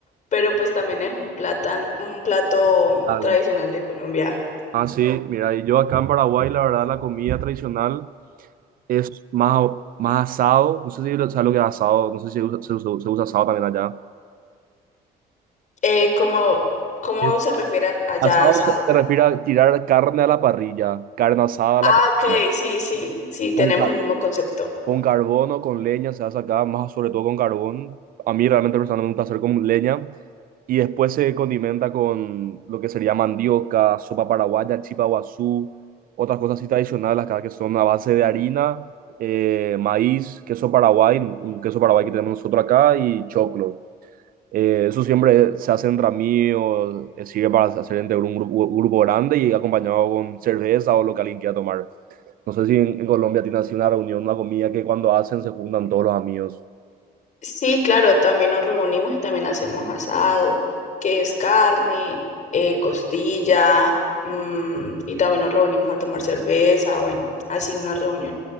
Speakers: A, on the left; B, on the right.
A: pero pues también es un platan, un plato
B: dale.
A: tradicional de Colombia.
B: Ah, sí, mira, y yo acá en Paraguay, la verdad, la comida tradicional. es más, más asado. No sé si lo- sabes lo que es asado, no sé si se usa, se usa- se usa asado también allá.
A: Eh, ¿cómo, cómo
B: Sí.
A: se refieren allá
B: Asado
A: a asado?
B: se se refiere a tirar carne a la parrilla, carne asada a
A: Ah,
B: la parrilla.
A: ok, sí, sí, sí, tenemos
B: Con, ca-
A: el mismo concepto.
B: con carbón o con leña se hace acá, más sobre todo con carbón. A mí realmente personalmente me gusta hacer con leña. Y después se condimenta con lo que sería mandioca, sopa paraguaya, chipa guazú, otras cosas así tradicionales acá que son a base de harina, eh, maíz, queso paraguay, un queso paraguay que tenemos nosotros acá y choclo. Eh, eso siempre se hace entre amigos, eh, sirve para hacer entre un grupo, grupo grande y acompañado con cerveza o lo que alguien quiera tomar. No sé si en, en Colombia tiene así una reunión, una comida que cuando hacen se juntan todos los amigos.
A: Sí, claro, también nos reunimos y también hacemos asado, que es carne, eh, costilla, mm, y también nos reunimos a tomar cerveza, bueno, así una reunión.